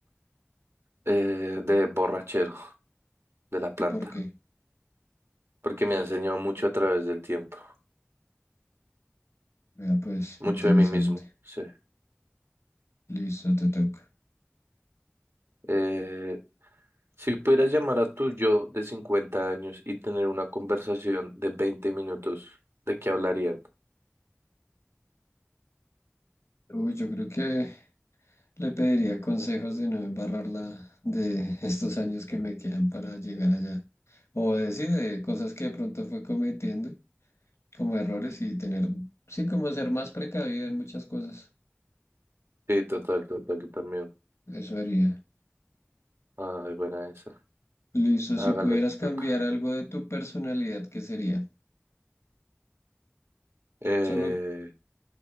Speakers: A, on the right; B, on the left.
A: Eh, de borrachero, de la planta.
B: ¿Y por qué?
A: Porque me ha enseñado mucho a través del tiempo.
B: Vea, pues,
A: Mucho
B: interesante.
A: de mí mismo, sí.
B: Listo, te toca.
A: Eh, Si pudieras llamar a tu yo de 50 años y tener una conversación de 20 minutos, ¿de qué hablarían?
B: Uy, yo creo que Le pediría consejos de no embarrarla de estos años que me quedan para llegar allá. O decir de cosas que de pronto fue cometiendo como errores y tener, sí, como ser más precavido en muchas cosas.
A: Sí, total, total, yo también.
B: Eso haría.
A: Ay, buena esa.
B: Listo,
A: Hágale,
B: si pudieras
A: te
B: cambiar
A: toca.
B: algo de tu personalidad, ¿qué sería?
A: Eh,
B: Solo